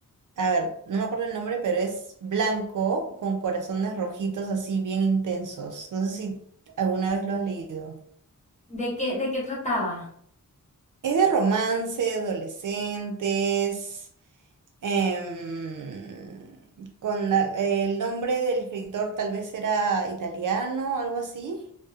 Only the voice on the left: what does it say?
¿De qué, de qué trataba?